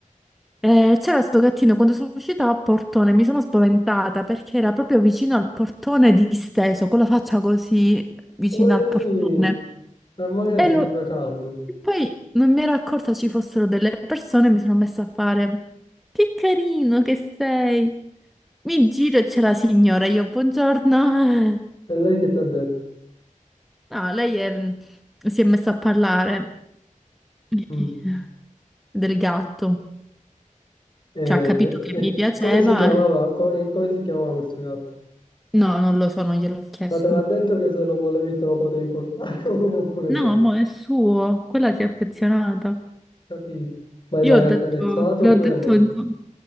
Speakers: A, in the centre; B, on the left.
A: E c'era sto gattino, quando sono uscita a portone mi sono spaventata perché era proprio vicino al portone disteso, con la faccia così vicino
B: Poverino,
A: al portone.
B: ma magari
A: E
B: sentiva
A: lo-
B: caldo.
A: e poi non mi ero accorta ci fossero delle persone e mi sono messa a fare, che carino che sei! Mi giro e c'è la signora, io buongiorno.
B: È lei che ti ha detto.
A: No, lei è- si è messa a parlare <laughs>
B: Mm.
A: del gatto.
B: E,
A: Cioè, ha capito
B: ti-
A: che
B: e
A: mi piaceva.
B: come si chiamava?
A: e-
B: Come, come si chiamava questo gatto?
A: No, non lo so, non gliel'ho chiesto.
B: Ma te l'ha detto che se lo volevi te lo potevi portare <laughs> oppure
A: No,
B: no?
A: mo è suo, quella si è affezionata.
B: Capito? Ma
A: Io
B: l'hai
A: ho detto,
B: accarezzato
A: le
B: oppure
A: ho detto,
B: no?
A: insomma,